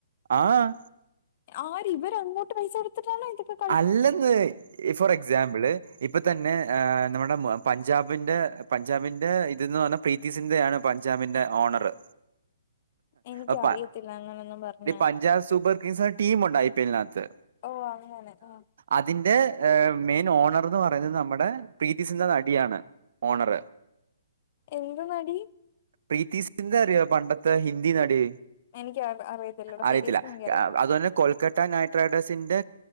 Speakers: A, on the right (about 65°); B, on the left (about 45°).
A: ആഹ്
B: ആര് ഇവര് അങ്ങോട്ട് പൈസ എടുത്തിട്ടാണോ ഇതിപ്പോ
A: അല്ലെന്ന് ഫോർ എക്സാമ്പിള് ഇപ്പൊ തന്നെ നമ്മുടെ പഞ്ചാബിന്റെ പഞ്ചാബിന്റെ ഇതെന്ന് പറഞ്ഞാ പ്രീതി സിന്ധയാണ് പഞ്ചാബിൻ്റെ ഓണറ്
B: എനിക്കറിയത്തില്ല
A: അ
B: അങ്ങനൊന്നും പറഞ്ഞ്
A: പഞ്ചാബ് സൂപ്പർ കിംഗ്സ് ടീമുണ്ട് ഐ പി എല്ലിനാത്ത്
B: ഓഹ് അങ്ങനെ മ്
A: അതിന്റെ മെയിൻ ഓണർന്ന് പറയുന്നത് നമ്മുടെ പ്രീതി സിന്ധ നടിയാണ് ഓണറ്
B: എന്ത് നടി
A: പ്രീതി സിധ അറിയോ പണ്ടത്തെ ഹിന്ദി നടി
B: എനിക്ക് അറിയത്തില്ലടാ
A: അറിയത്തില്ല
B: സീരിയസ്ലി എനിക്കറിയത്തില്ല
A: അത് തന്നെ കൊൽക്ക നൈറ്റ് റൈഡേഴ്സിന്റെ